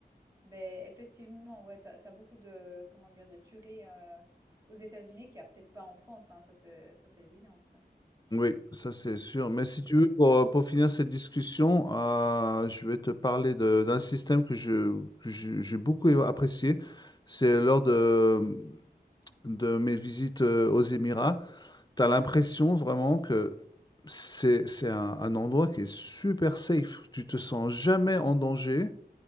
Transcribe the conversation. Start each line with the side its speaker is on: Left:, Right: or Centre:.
Right: Mais effectivement, ouais, t'as as beaucoup de comment dire? De tueries, heu, aux États-Unis qu'il y a peut-être pas en France, hein, ça c'est ça c'est l'évidence.
Left: Oui, ça c'est sûr. Mais si
Right: Donc
Left: tu
Right: ouais,
Left: veux, pour, pour finir cette discussion, euh, je vais te parler de- d'un système que je, que je- j'ai beaucoup apprécié. C'est lors de, de mes visites euh, aux Émirats. Tu as l'impression vraiment que c'est, c'est un, un endroit qui est super safe. Tu te sens jamais en danger.